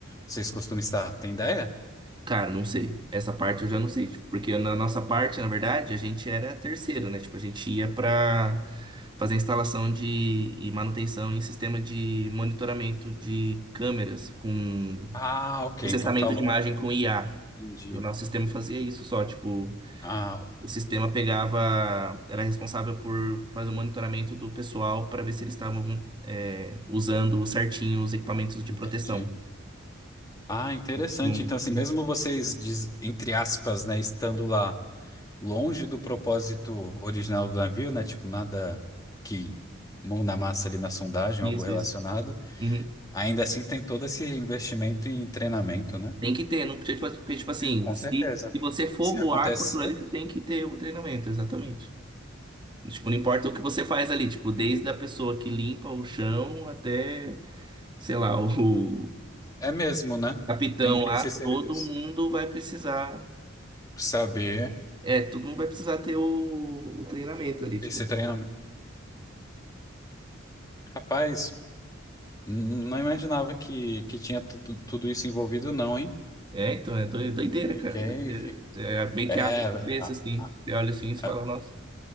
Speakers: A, on the left; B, on the right.
A: vocês costumam estar? Tem ideia?
B: Cara, não sei. Essa parte eu já não sei. tipo, porque na nossa parte, na verdade, a gente era terceiro, né? Tipo, a gente ia pra fazer instalação de, e manutenção em sistema de monitoramento de câmeras com
A: Ah, ok.
B: processamento
A: Então tá longe.
B: de imagem com IA.
A: Entendi.
B: O nosso sistema fazia isso só, tipo.
A: Ah, ó,
B: O sistema pegava, era responsável por fazer o monitoramento do pessoal para ver se eles estavam é, usando certinho os equipamentos de
A: entendi.
B: proteção.
A: Ah, interessante.
B: Então, Tinha um-
A: Então, assim,
B: tinha
A: mesmo
B: um-
A: vocês, diz- entre aspas, né, estando lá longe do propósito original do navio, né? Tipo, nada que mão na massa ali na sondagem,
B: Isso,
A: algo relacionado.
B: isso. Uhum.
A: Ainda assim, tem todo esse investimento em treinamento, né?
B: Tem que ter, não podia, tipo porque, tipo assim,
A: Com
B: se,
A: certeza.
B: se você for
A: Se
B: voar
A: acontecer,
B: com aquilo ali, você tem que ter o treinamento, exatamente. Tipo, não importa o que você faz ali, tipo, desde a pessoa que limpa o chão até, sei lá, o
A: é mesmo, né?
B: capitão
A: Tem, tem
B: lá,
A: esse
B: todo
A: serviço.
B: mundo vai precisar.
A: Saber
B: É, todo mundo vai precisar ter o, o treinamento ali,
A: esse
B: tipo.
A: treinamento. Rapaz, n- não imaginava que, que tinha tudo, tudo isso envolvido, não, hein?
B: É, então, é doi- doideira,
A: Fiquei.
B: cara. Doideira.
A: fi-
B: É, é meio
A: É,
B: que abre
A: a,
B: a cabeça, assim.
A: a-
B: Você olha assim e você fala,
A: a-
B: nossa.